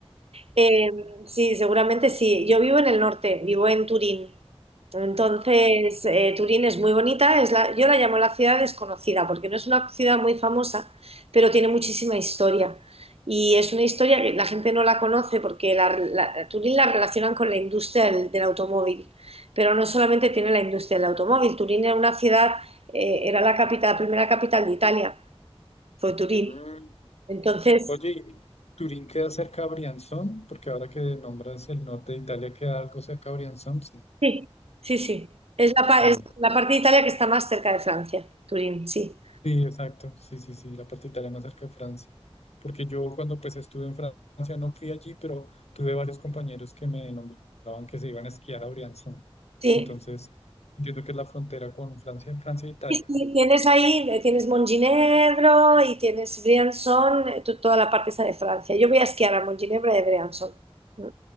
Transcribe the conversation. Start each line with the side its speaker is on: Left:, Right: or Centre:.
Right: Eh, sí, seguramente sí. Yo vivo en el norte, vivo en Turín. Entonces, eh, Turín es muy bonita, es la, yo la llamo la ciudad desconocida, porque no es una ciudad muy famosa, pero tiene muchísima historia. Y es una historia que la gente no la conoce porque la, la- Turín la relacionan con la industria del, del automóvil, pero no solamente tiene la industria del automóvil. Turín era una ciudad, eh, era la capital, la primera capital de Italia, fue Turín.
Left: Mm.
Right: Entonces,
Left: Oye, ¿y ¿Turín queda cerca a Brianzón? Porque ahora que nombras el norte de Italia, queda algo cerca a Brianzón, sí.
Right: Sí, sí, sí. Es la, pa-
Left: Eh,
Right: es la parte de Italia que está más cerca de Francia, Turín, sí.
Left: Sí, exacto, sí, sí, sí, la parte italiana cerca de Francia, porque yo cuando pues estuve en Francia no fui allí, pero tuve varios compañeros que me nombraban que se iban a esquiar a Briançon,
Right: Sí.
Left: entonces entiendo que es la frontera con Francia, Francia e Italia.
Right: Sí, sí, tienes ahí, eh, tienes Montginevro y tienes Briançon, eh, to- toda la parte esa de Francia. Yo voy a esquiar a Montginevro y a Briançon. Mm.